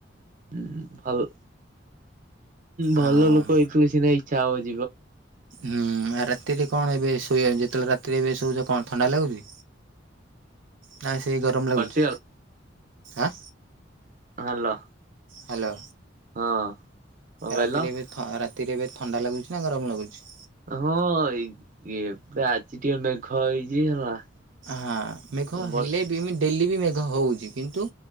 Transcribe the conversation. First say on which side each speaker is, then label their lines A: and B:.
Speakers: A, on the right; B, on the right.
A: ହୁଁ ଭଲ ଭଲ
B: ହଁ
A: ଲୋକ ହେଇଥିଲେ ସିନା ଇଚ୍ଛା ହଉଛି
B: ହୁଁ ରାତିରେ କଣ ଏବେ ଶୋଇ ଯେତେବେଳେ ରାତିରେ ଏବେ ଶୋଉଛ କଣ ଥଣ୍ଡା ଲାଗୁଛି? ନା ସେଇ ଗରମ ଲାଗୁଛି
A: କଟିଗଲା
B: ଆଁ
A: ହାଲୋ।
B: ହାଲୋ।
A: ହଁ। କଣ କହିଲ?
B: ରାତିରେ ଏବେ ଥ ରାତିରେ ଏବେ ଥଣ୍ଡା ଲାଗୁଛି ନା ଗରମ ଲାଗୁଛି?
A: ହଁ ଏବେ ଆଜି ଟିକେ ମେଘ ହେଇଛି ହେଲା।
B: ହଁ ମେଘ ହେଲେ
A: ବର୍ଷ
B: ବି ମ ଡେଲି ବି ମେଘ ହଉଛି କିନ୍ତୁ